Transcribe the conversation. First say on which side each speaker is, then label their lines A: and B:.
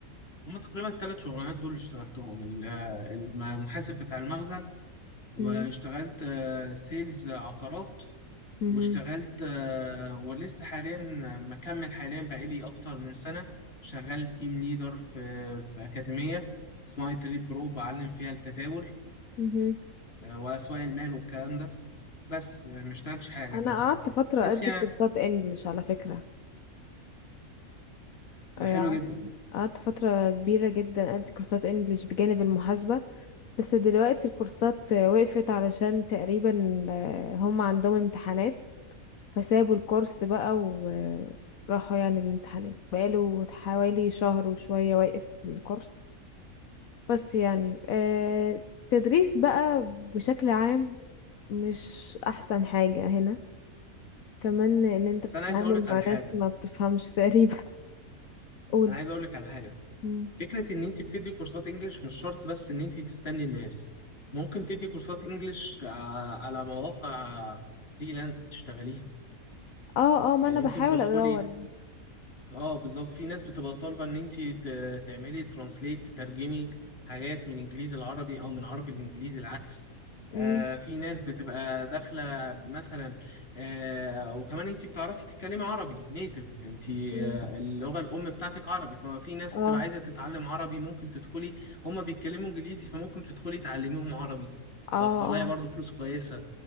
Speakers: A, on the left (about 45°); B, on the left (about 75°).
A: هما تقريبا الثلاث شغلانات دول اللي اشتغلتهم ال- آه، المحاسب بتاع المخزن واشتغلت
B: مم.
A: آه، سيلز عقارات
B: مهم.
A: واشتغلت آه، ولسه حاليا مكمل حاليا بقالي أكتر من سنة شغال تيم ليدر في في أكاديمية اسمها تريد برو بعلم فيها التداول
B: مهم.
A: آه، وأسواق المال والكلام ده بس يعني ما اشتغلتش حاجة
B: انا
A: تانية
B: قعدت فترة
A: بس
B: ادي
A: يعني
B: كورسات انجليش على فكرة
A: ده
B: آه،
A: حلو
B: قعدت
A: جدا
B: قعدت فترة كبيرة جدا ادي كورسات انجليش بجانب المحاسبة بس دلوقتي الكورسات آه، وقفت علشان تقريبا آه، هم عندهم امتحانات فسابوا الكورس بقى وراحوا يعني الامتحانات بقاله حوالي شهر وشوية واقف في الكورس بس يعني آه، تدريس بقى بشكل عام مش أحسن حاجة هنا كمان إن أنت بتتعامل
A: بس أنا عايز أقولك على
B: مع
A: حاجة
B: ناس ما بتفهمش تقريبا <laughs> قول
A: أنا عايز أقولك على حاجة
B: مم.
A: فكرة إن أنت بتدي كورسات إنجليش مش شرط بس إن أنت تستني الناس ممكن تدي كورسات إنجليش ع- على مواقع فريلانس تشتغليها
B: اه اه ما
A: يعني
B: أنا
A: ممكن
B: بحاول
A: تدخلي
B: أدور
A: اه بالظبط في ناس بتبقى طالبه ان انت تعملي ترانسليت تترجمي حاجات من انجليزي العربي او من عربي الانجليزي العكس
B: مم.
A: آه في ناس بتبقى داخله مثلا آه وكمان انت بتعرفي تتكلمي عربي نيتف انت آه
B: مم.
A: اللغه الام بتاعتك عربي فما في ناس
B: اه
A: بتبقى عايزه تتعلم عربي ممكن تدخلي هما بيتكلموا انجليزي فممكن تدخلي تعلميهم عربي
B: اه
A: وهتطلعي
B: اه
A: برضو فلوس كويسه